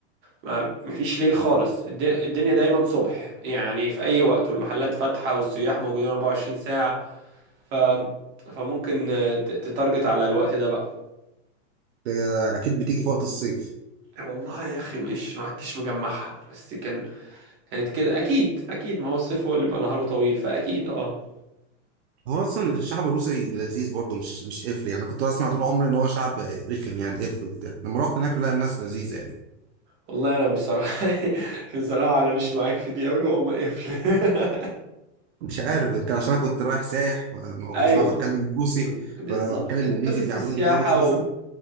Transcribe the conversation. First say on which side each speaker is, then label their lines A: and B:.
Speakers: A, on the right (about 30°); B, on the right (about 60°).
A: ما- مفيش ليل خالص الد- الدنيا دايما صبح يعني في اي وقت والمحلات فاتحة والسياح موجودين 24 ساعة ف فممكن آه، ت- تتارجت على الوقت ده بقى
B: آه، اكيد بتيجي في وقت الصيف
A: إيه والله يا اخي مش ما عدتش مجمعها بس كان كانت كده اكيد اكيد ما هو الصيف هو اللي بيبقى نهاره طويل فاكيد اه
B: هو اصلا الشعب الروسي لذيذ برضه مش مش قفل يعني انا كنت بسمع طول عمري ان هو شعب رخم يعني قفل وكده لما رحت هناك لا الناس لذيذه يعني
A: والله انا مش صراحه <laughs> بصراحه انا مش معاك في دي قوي وهم قفل <laughs>
B: مش عارف يمكن عشان انا كنت رايح سايح ما ما
A: ايوه
B: كنتش بعرف اتكلم روسي
A: بز- بالظبط
B: فلما بتكلم
A: انت
B: انجليزي
A: بس
B: بيعاملوني
A: السياحه
B: كويس مثلا
A: و...